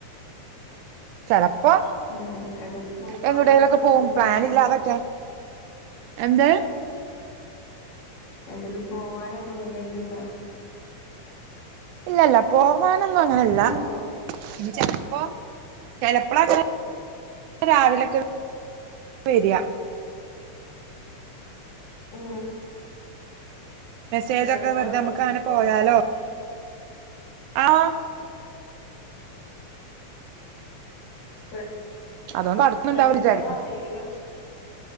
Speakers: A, on the right; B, on the left.
A: ചെലപ്പോ
B: ഏ എടക്ക്‌ പോവാനോ
A: എങ്ങട്ടേലൊക്കെ
B: അങ്ങനെ
A: പോവും
B: എന്തെലും
A: പ്ലാനില്ലാതൊക്കെ
B: ഉണ്ടോ? <inaudible>
A: എന്ത്.
B: എന്തേലും പോവാനൊക്കെ പരിപാടി ഉണ്ടോ?
A: ഇല്ല, ഇല്ല പോവാനൊന്നും അങ്ങനെല്ല.
B: ഹലോ
A: ഇ ചെലപ്പോ ചെലപ്പോളൊക്കെ രാവിലൊക്കെ. വര്അ.
B: ആ
A: മെസ്സേജൊക്കെ
B: ഫ്രണ്ടളൊക്കെ
A: വെറുതെ നമുക്ക്
B: വിളിക്കുവോ.
A: അങ്ങനെ പോയാലോ ആഹ്.
B: ഫ്ര
A: അതുകൊണ്ട് അടുത്തുണ്ടാവും
B: ഫ്രണ്ട്സള
A: വിചാരിക്കും
B: ആരെങ്കിലും.